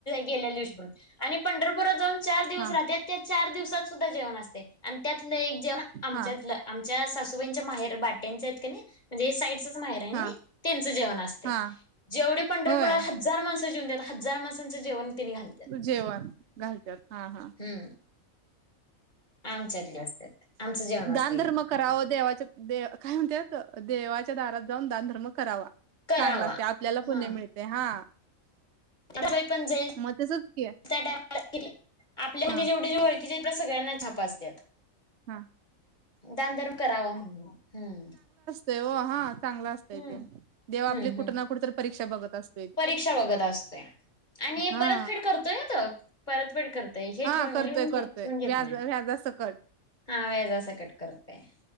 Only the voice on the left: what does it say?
गेल्या दिवशी पण आणि पंढरपुरात जाऊन चार दिवस
राहत्यात त्या चार दिवसात सुद्धा जेवण असतय आणि त्यातलं एक जेवण आमच्यातलं
आमच्या सासूबाईंच्या माहेर बाट्यांचे आहेत क नाही म्हणजे हे साईडच माहेर आहे नाही.
त्याचं जेवण असतय
एवढी पंढरपुरात
हजार माणस जेउंदेत हजार माणसाच जेवण त्यांनी घातल्यात.
हम्म आमच्यातले असतात आमचं जेवण असत.
करावा.
हा
बाई पण जाईल
<unintelligible> त्या टाइमाला आपल्या
<unintelligible> जेवढी जवळ. <unintelligible> सगळ्यांना छप असतात.
दानधर्म करावा म्हणून हम्म..
हम्म
हम्म
परीक्षा बघत असतोय. आणि
परतफेड करतोय हा तो परतफेड करतो. पैसे
ठेवून
लिहून घेत
ठेवून घेत
नाही
हा व्याजा सकट करते.